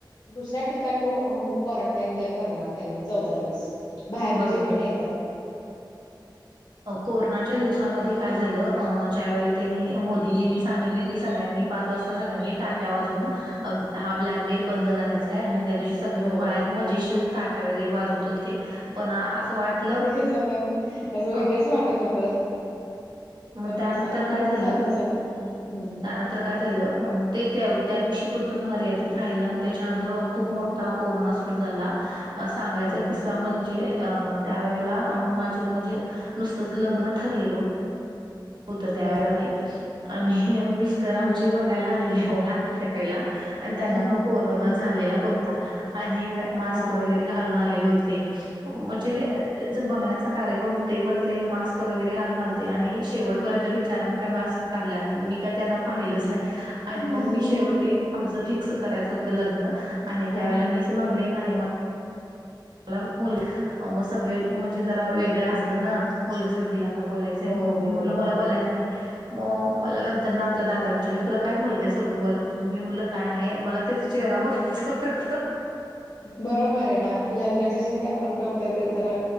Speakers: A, on the left; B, on the right.
A: दुसऱ्या ठिकाणी होम क्वारंटाईन करणार त्यांनी चौदा दिवस बाहेर
B: बरोबर
A: जे पण येत
B: कोरोनाच्या दिवसामध्ये काय झालं ज्या वेळेला त्यांनी मोदीजींनी सांगितले की सगळ्यांनी च वाज सळ त वाून हा ब्क डे बंद करायचाय आणि दिव सगळेजण
A: हो
B: बाहेर मजेशीर ताटा वगैरे वाजवत होते पण असं वाटलं
A: त्या पण तं वेगंच
B: अ,
A: वाटत होतं
B: मग
A: पण
B: त्यानंतर
A: नुकसान पण
B: काय
A: खूप
B: झालं
A: झालत सगळ्यां हम्
B: त्यानंतर काय झालं ते त्या त्या दिवशी पुरतंच मर्यादित राहिलं आणि त्याच्यानंतर खूप मोठा कोरोना सुरू झाला सांगायचा
A: हो
B: किस्सा म्हणजे त्यावेेळेला माझे म्हणजे नुसतच लग्न ठरलेलं होत त्यावेळा
A: बरोबर आहे.
B: आणि मिस्टर आमची बघायला आलेली आहे मला त्यावेेळेला आणि त्यांना
A: हम्म
B: पण कोरोना झालेला होता आणि हे मास्क
A: हा
B: वगैरे घालून आलेले होते म्हणजे ज बघण्याचा कार्यक्रम ते पण ते मास्क वगैरे घालून घलते आणि शेवटपर्यंत बिचार का मास्क काढला नाही मी का त्यांना पाहिलंच नाही
A: हा
B: आणि मग मी शेवटी आमचं फिक्स करायचं होतं लग्न आणि
A: हा
B: त्यावेळे मीच म्हणले नाही म मला मुलग मग सगळे म्हणजे जरा
A: हम्म
B: वेगळ्या असतं ना मुलगा सग ला का बोलायचंय
A: हो
B: मग मी
A: बरोबर
B: म्हटल मला बोलायचंय मग मला नंतर ना आमचा दादा विचारला तुला काय मुलग्या सोबत बोलायचं तु्ी म्हटलं काय नाही मला त्याचा चेहरा बघायच होत
A: बरोबर आहे ना लग्ना जच्याशी आपण करतोय ते तर